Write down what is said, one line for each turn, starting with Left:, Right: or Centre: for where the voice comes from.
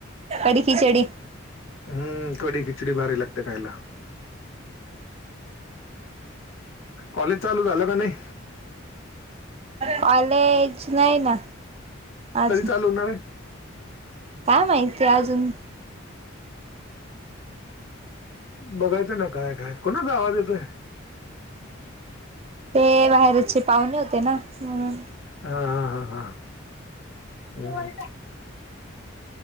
Right: कडी खीचडी.
Left: हम्म कढी खिचडी भारी लागते खायला. कॉलेज चालू झालं का नाई.
Right: कॉलेज नाही ना. अजून
Left: कधी चालू होणार ए
Right: काय माहिती अजून.
Left: बघायचं ना काय काय कोणाचा आवाज येतोय.
Right: ते बाहेरचे पाहुणे होते ना म्हणून.
Left: हा हा हा हा हम्